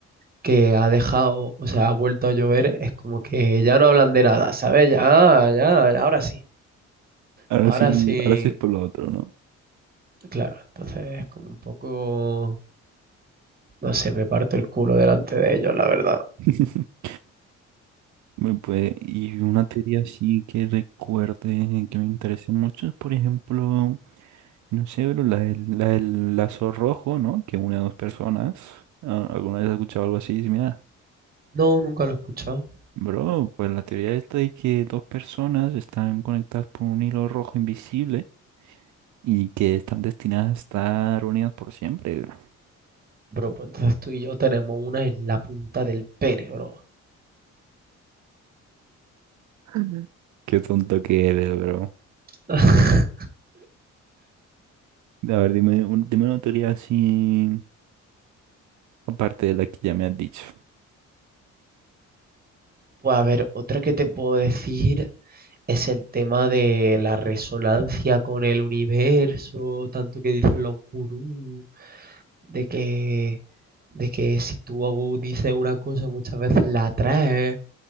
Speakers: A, on the right (about 30°); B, on the right (about 70°).
A: que ha dejado, o sea, ha vuelto a llover, es como que ya no hablan de nada, ¿sabes? Ya, ya, ahora sí,
B: Ahora
A: ahora
B: sí,
A: sí,
B: ahora sí es por lo otro, ¿no?
A: claro, entonces es como un poco, no sé, me parto el culo delante de ellos, la verdad.
B: <laughs> Bueno, pues, y una teoría así que recuerde que me interese mucho es, por ejemplo, no sé, bro, la del, la del lazo rojo, ¿no? Que une a dos personas. Ah, ¿Alguna vez has escuchado algo así similar?
A: No, nunca lo he escuchado.
B: Bro, pues la teoría esta de que dos personas están conectadas por un hilo rojo invisible y que están destinadas a estar unidas por siempre. bro.
A: Bro, pues entonces tú y yo tenemos una en la punta del pene, bro.
B: Ujú. Qué tonto que eres, bro.
A: <laughs>
B: A ver, dime, un- dime una teoría así Aparte de la que ya me has dicho.
A: Pues a ver, otra que te puedo decir. es el tema de la resonancia con el universo, tanto que dicen los gurús, de que, de que si tú dices una cosa muchas veces la atraes,